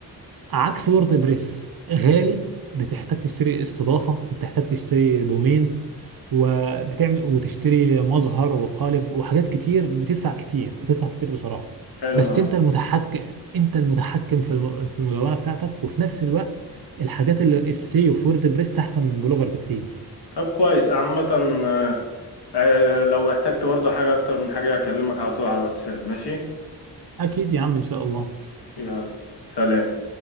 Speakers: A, on the right; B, on the left.
A: عكس ووردبريس غالي بتحتاج تشتري استضافة وبتحتاج تشتري دومين وبتعمل وتشتري مظهر وقالب وحاجات كتير بتدفع كتير بتدفع كتير بصراحة
B: حلو
A: بس
B: آه.
A: انت المتحكم انت المتحكم في الم... في المدونة بتاعتك وفي نفس الوقت الحاجات اللي السيو في ووردبريس احسن من بلوجر بكتير
B: طب كويس عامة آه، آه، لو احتجت برضه حاجة أكتر من حاجة أكلمك على طول على الواتساب ماشي
A: اكيد يا عم ان شاء الله
B: يلا سلام